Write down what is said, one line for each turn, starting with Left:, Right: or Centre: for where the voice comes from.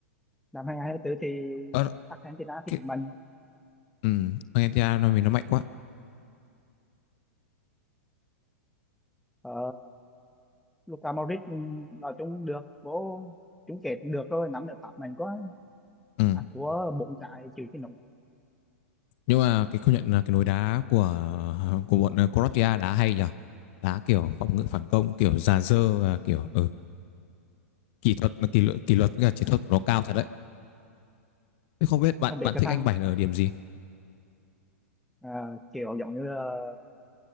Centre: năm 2024 thì
Left: Ờ đó,
Centre: Argentina thịnh
Left: cái
Centre: mạnh
Left: ừ, Argentina nó vì nó mạnh quá.
Centre: Ờ, Luka Modric ừ, nói chung được vô chung kết được rồi nắm được Pháp mình có
Left: Ừ.
Centre: ăn thua bốn trái chịu chứ nổi
Left: Nhưng mà cái công nhận là cái nối đá của của bọn ờ, Croatia đá hay nhở Đá kiểu phòng ngự phản công, kiểu già dơ và kiểu ừ, kỹ thuật kỷ luật kỷ luật với cả chiến thuật của nó cao thật đấy. Thế không biết bạn
Centre: không biết
Left: bạn
Centre: cái
Left: thích
Centre: thằng
Left: anh Bảy là ở điểm gì?
Centre: ờ, kiểu giống như là